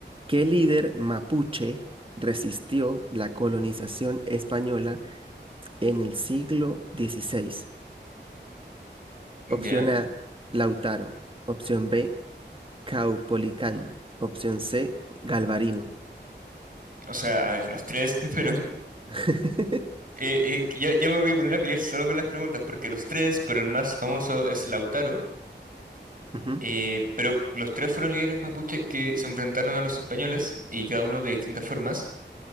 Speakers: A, on the right; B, on the right.
A: ¿Qué líder mapuche resistió la colonización española en el siglo dieciséis
B: Ya,
A: Opción A, Lautaro. Opción B, Caupolicán. Opción C, Galvarino.
B: o sea, a ver, los tres, <laughs> pero
A: <laughs>
B: eh, eh, ya, ya me voy a poner a pelear solo con las preguntas, porque los tres, pero el más famoso es Lautaro,
A: Ujú,
B: eh, pero los tres fueron líderes mapuches que se enfrentaron a los españoles y cada uno de distintas formas.